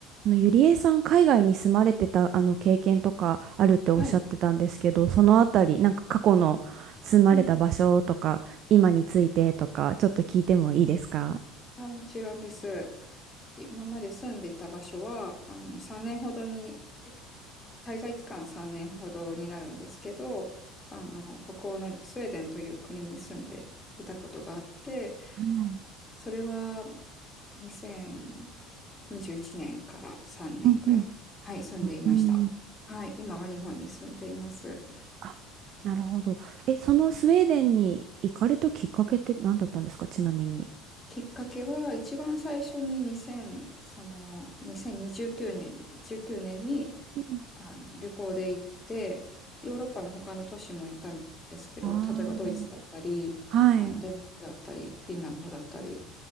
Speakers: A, on the right; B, on the left.
A: あのゆりえさん、海外に住まれてたあの経験とかあるっておっしゃってたんですけど、
B: はい。
A: そのあたり、なんか過去の住まれた場所とか、
B: うん
A: 今についてとか、ちょっと聞いてもいいですか
B: あ、もちろんです。今まで住んでいた場所は、あの、3年ほどに、滞在期間は3年ほどになるんですけど、あの、北欧のスウェーデンという国に住んでいたことがあって、
A: はい
B: それは2021年から3年ぐらい、
A: うんうん。
B: はい、住んでいました。
A: うん
B: はい、今は日本に住んでいます。
A: あ、なるほど。え、そのスウェーデンに行かれたきっかけって何だったんですか、ちなみに。
B: きっかけは一番最初に2 0その2029年、19年に
A: うん
B: あの旅行で行って、ヨーロッパの他の都市も行ったんですけど、
A: あー
B: 例えばドイツだったり、
A: はい。
B: あのデンマークだったり、フィンランドだったり、